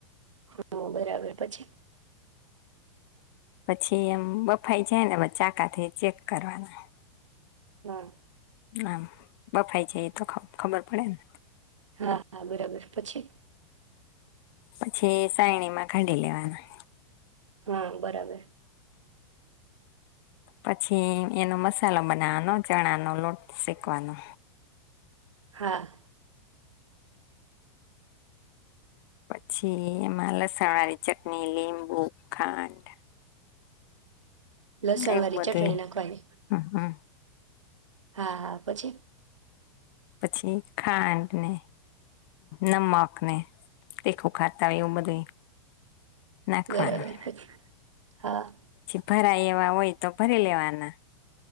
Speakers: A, on the right; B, on the left.
A: હા બરાબર પછી.
B: પછી એમ બફાઈ જાય ને પછ ચાકાથી ચેક કરવાના.
A: હા.
B: આમ બફાઈ છે એ તો ખબ ખબર પડેને?
A: હા હા બરાબર પછી
B: પછી સાયણીમાં કાઢી લેવાના.
A: હા બરાબર.
B: પછી એનો મસાલો બનાવાનો ચણા નો લોટ શેકવાનો.
A: હા.
B: પછી એમાં લસણ વાળી ચટણી, લીંબુ, ખાંડ
A: લસણ
B: એવું
A: વાળી ચટણી
B: બધું
A: નાખવાની
B: હા, હા.
A: હા, હા પછી.
B: પછી ખાંડને નમક અને <unintelligible> હવે એવું બધુંય નાખવાનું.
A: બરાબર પછી હા.
B: ભરા એવા હોય તો ભરી લેવાના